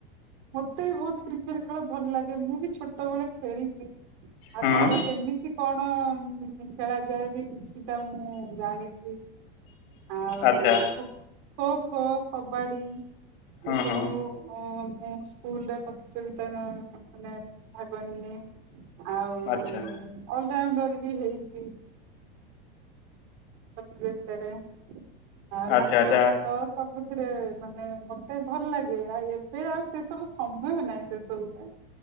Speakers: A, on the right; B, on the left.
A: ମତେ ବି ବହୁତ କ୍ରିକେଟ ଖେଳ ଭଲ ଲାଗେ, ମୁଁ ବି ଛୋଟବେଳେ ଖେଳିଛି ଆଉ
B: ହୁଁ
A: ତାର କେମିତି କଣ ଖେଳାଯାଏ, ବି କିଛିଟା ମୁଁ ଜାଣିଛି ଆଉ
B: ଆଚ୍ଛା
A: ଖ ଖୋ ଖୋ କବାଡ଼ି-
B: ହୁଁ
A: ଏ ସବୁ
B: ହୁଁ
A: ଅ ସ୍କୁଲ ପ୍ରତିଯୋଗିତା ମାନେ ଭାଗ ନିଏ। ଆଉ
B: ଆଚ୍ଛା
A: ଅ। <unintelligible> ବି ହେଇଛି ପ୍ରତିଯୋଗୀତା ରେ। ଆଉ
B: ଆଚ୍ଛା
A: ନାଚ
B: ଆଚ୍ଛା
A: ଗୀତ ସବୁଥିରେ, ମାନେ ମତେ ଭଲ ଲାଗେ ଆଉ ଏବେ ଆଉ ସେ ସବୁ ସମୟ ନାହିଁ ସେ ସବୁ ପାଇଁ,